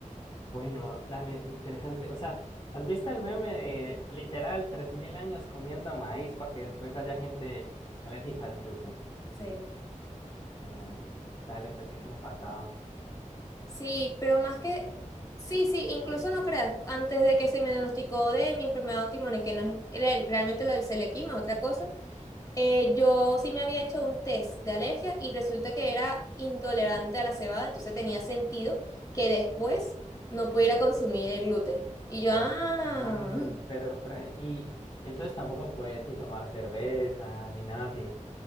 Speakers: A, on the left; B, on the left.
A: bueno, dale, interesante. O sea, ¿has visto el meme de literal 3.000 años comiendo maíz para que después haya gente alérgica al gluten?
B: Sí,
A: Mm, dale, pensé que no pasaba.
B: sí, pero más que, sí, sí, incluso no creas, antes de que se me diagnosticó de mi enfermedad autoinmune, que no es re- realmente lo del celiaquismo, es otra cosa. Eh, yo sí me había hecho un test de alergia y resulta que era intolerante a la cebada, entonces tenía sentido que después no pudiera consumir el gluten. Y yo,
A: Ok,
B: ah,
A: pero, pre- y entonces tampoco puedes ni tomar cerveza ni nada así.